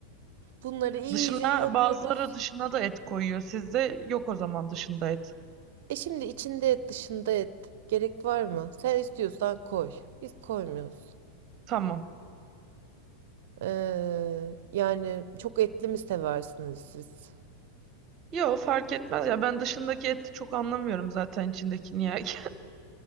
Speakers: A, on the right; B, on the right.
A: Bunları iyice
B: Dışına
A: yoğuruyoruz.
B: bazıları dışına da et koyuyor. Sizde yok o zaman dışında et.
A: E şimdi içinde et, dışında et. Gerek var mı? Sen istiyorsan koy. Biz koymuyoruz.
B: Tamam.
A: Ee, yani çok etli mi seversiniz siz?
B: Yo fark etmez ya ben dışındaki eti çok anlamıyorum zaten içindekini ya. <laughs>